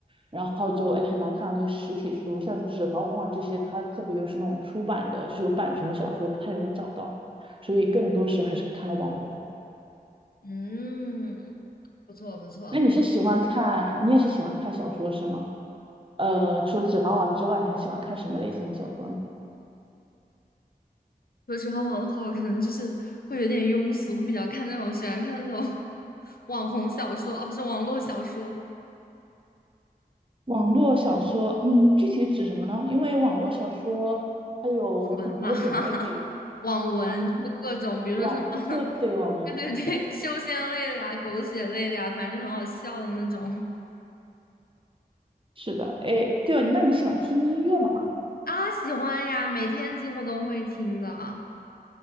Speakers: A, on the right; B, on the left.
A: 然后就哎很难看到那些实体书，像《指环王》这些，它特别又是那种出版的，就是有版权的小说，不太容易找到。所以更多时候还是看的网文。
B: 嗯，不错不错。
A: 那你是喜欢看，你也是喜欢看小说是吗？呃，除了《指环王》之外，你还喜欢看什么类型的小说呢？
B: 说《指环王》的话，我可能就是会有点庸俗，会比较看那种喜欢看那种 <laughs> 网红小说，啊，不是网络小说，
A: 网络小说，嗯，具体指什么呢？因为网络小说它有很多的种类
B: 文嘛，<laughs> 网文，
A: 啊，
B: 就是各种，比如说什么。
A: 网，对对，网文，
B: 对对对，<laughs> 修仙类的呀，狗血类的呀，反正就很好笑的那种
A: 是的，哎，对哦，那你喜欢听音乐吗？
B: 啊，喜欢呀，每天几乎都会听的。